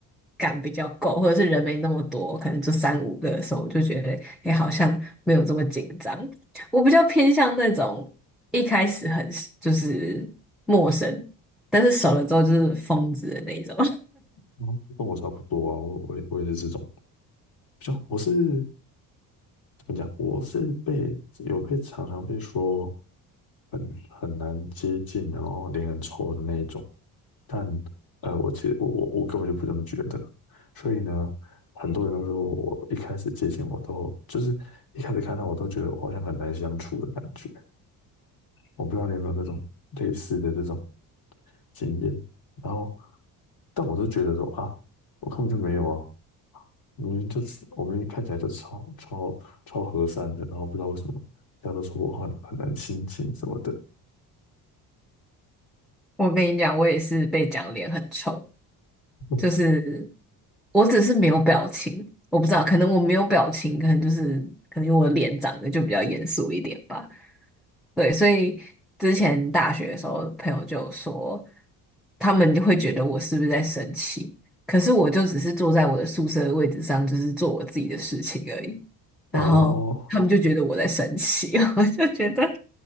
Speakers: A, in the centre; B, on the left.
A: 感比较够，或者是人没那么多，可能就三五个的时候，我就觉得，哎，好像没有这么紧张。我比较偏向那种一开始很就是陌生，但是熟了之后就是疯子的那种。
B: 嗯跟我差不多啊，我我也我也是这种，像我是怎么讲，我是被有被常常被说。很很难接近，然后脸很臭的那一种。但呃，我其实我我我根本就不这么觉得，所以呢，很多人都说我一开始接近我都就是一开始看到我都觉得我好像很难相处的感觉，我不知道你有没有那种类似的这种经验，然后但我都觉得说啊，我根本就没有啊，明明就是我们看起来就超超超和善的，然后不知道为什么大家都说我很很难亲近什么的，
A: <laughs> 我跟你讲，我也是被讲脸很臭。
B: <laughs>
A: 就是我只是没有表情，我不知道，可能我没有表情，可能就是可能因为我的脸长得就比较严肃一点吧。对，所以之前大学的时候，朋友就有说，他们就会觉得我是不是在生气，可是我就只是坐在我的宿舍的位置上，就是做我自己的事情而已。然后他们就觉得我在生气，
B: 哦。
A: <laughs> 我就觉得